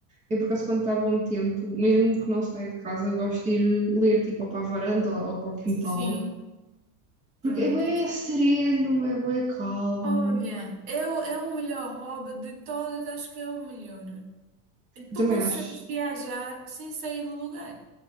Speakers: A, on the right; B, on the right.
A: Eu por acaso quando está bom tempo, mesmo que não saia de casa, gosto de ir ler tipo ou para a varanda ou, ou para o quintal.
B: Sim. Pronto.
A: Porque é bué sereno, é bué calmo.
B: Olha, eu, é o melhor hobby de todas, acho que é o melhor.
A: Eu
B: Tu
A: também
B: consegues
A: acho.
B: viajar sem sair do lugar.